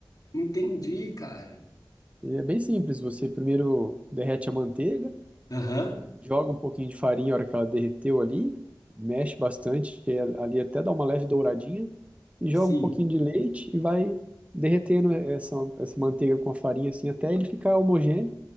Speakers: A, on the left; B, on the right.
A: Entendi, cara.
B: E é bem simples, você primeiro derrete a manteiga,
A: Aham.
B: joga um pouquinho de farinha na hora que ela derreteu ali, mexe bastante, que é ali até dá uma leve douradinha, e joga
A: Sim.
B: um pouquinho de leite e vai derretendo essa, essa manteiga com a farinha assim até ele ficar homogêneo